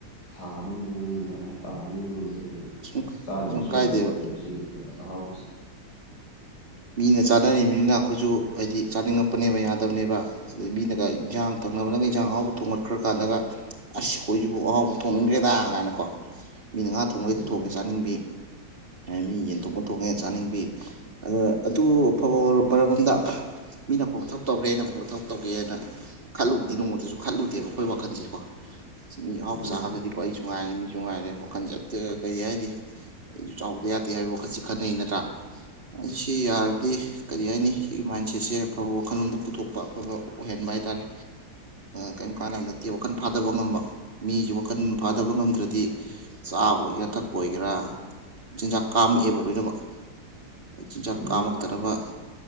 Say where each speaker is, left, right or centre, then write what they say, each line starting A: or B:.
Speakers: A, on the left; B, on the right.
A: ꯊꯥ ꯑꯃꯒꯤ ꯃꯅꯨꯡꯗ ꯇꯥꯕꯒꯤꯗ ꯑꯗꯨꯝ
B: ꯀꯩꯁꯨꯝ
A: ꯆꯥꯗꯕꯁꯨ
B: ꯀꯩꯁꯨꯝ ꯀꯥꯏꯗꯦꯕ
A: ꯌꯥꯕ ꯅꯠꯇꯦꯕ ꯁꯤ ꯀꯩꯅꯣ ꯑꯍꯥꯎꯕꯁꯦ
B: ꯃꯤꯅ ꯆꯥꯅꯔꯤꯕꯃꯤꯅꯤꯅ ꯑꯩꯈꯣꯏꯁꯨ ꯍꯥꯏꯗꯤ ꯆꯥꯅꯤꯡꯉꯛꯄꯅꯦꯕ ꯌꯥꯗꯕꯅꯦꯕ ꯑꯗꯩ ꯃꯤꯅꯒ ꯏꯟꯖꯥꯡ ꯊꯛꯅꯕꯅꯒ ꯏꯟꯖꯥꯡ ꯑꯍꯥꯎꯕ ꯊꯣꯡꯒꯠꯈ꯭ꯔꯀꯥꯟꯗꯒ ꯑꯁꯈꯣꯏꯁꯤꯕꯨ ꯑꯍꯥꯎꯕ ꯊꯣꯛꯣꯡꯅꯤꯡꯈ꯭ꯔꯦꯗ ꯀꯥꯏꯅ ꯀꯣ ꯃꯤꯅ ꯉꯥ ꯊꯣꯡꯕꯩ
A: ꯎꯝ
B: ꯊꯣꯡꯉꯦ ꯆꯥꯅꯤꯡꯕꯤ ꯃꯤ ꯌꯦꯟꯊꯣꯡꯕ ꯊꯣꯡꯉꯦ ꯆꯥꯅꯤꯡꯕꯤ ꯑ ꯑꯗꯨ ꯑꯐꯕ ꯃꯔꯝꯝꯗ ꯃꯤꯅ ꯑꯐꯕ ꯃꯊꯧ ꯇꯧꯈ꯭ꯔꯦꯅ ꯑꯐꯕ ꯃꯊꯧꯛ ꯇꯧꯒꯦꯅ ꯈꯠꯂꯨꯕꯗꯤ ꯅꯣꯡꯃꯇꯁꯨ ꯈꯜꯂꯨꯗꯦꯕ ꯑꯩꯈꯣꯏ ꯋꯥꯈꯜꯁꯦꯀꯣ ꯃꯤ ꯑꯍꯥꯎ
A: ꯎꯝ
B: ꯆꯥꯔꯒꯗꯤ ꯍꯣꯏ ꯑꯩꯁꯨ ꯉꯥꯏꯔꯦ ꯃꯤꯁꯨ ꯉꯥꯏꯔꯦ ꯋꯥꯈꯜ ꯆꯠꯇꯒ ꯀꯔꯤ ꯍꯥꯏꯔꯤ ꯑꯩꯁꯨ ꯆꯥꯎꯕ ꯌꯥꯗꯦ ꯍꯥꯏꯕ ꯋꯥꯈꯜꯁꯦ ꯈꯟꯅꯩ ꯅꯠꯇ꯭ꯔꯥ ꯑꯁꯤꯁꯤ ꯌꯥꯔꯗꯤ ꯀꯔꯤ ꯍꯥꯏꯅꯤ ꯁꯤꯒꯤ ꯃꯥꯏꯟꯁꯦꯠꯁꯦ ꯑꯐꯕ ꯋꯥꯈꯜꯂꯣꯝꯗ ꯄꯨꯊꯣꯛꯄ ꯑꯐꯕ ꯑꯣꯏꯍꯟꯕ ꯍꯥꯏꯇꯥꯔꯦ ꯀꯔꯤꯝ ꯀꯥꯟꯅꯕ ꯅꯠꯇꯦ ꯋꯥꯈꯜ ꯐꯥꯗꯕ ꯉꯝꯕ ꯃꯤꯁꯤ ꯋꯥꯈꯜ ꯐꯥꯗꯕ ꯉꯝꯗ꯭ꯔꯗꯤ ꯆꯥꯕ ꯑꯣꯏꯒꯦꯔꯥ ꯊꯛꯄ ꯑꯣꯏꯒꯦꯔꯥ ꯆꯤꯟꯖꯥꯛ ꯀꯥꯝꯃꯛꯑꯦꯕ ꯂꯣꯏꯅꯃꯛ ꯆꯤꯟꯖꯥꯛ
A: ꯎꯝ
B: ꯀꯥꯝꯃꯛꯇꯅꯕ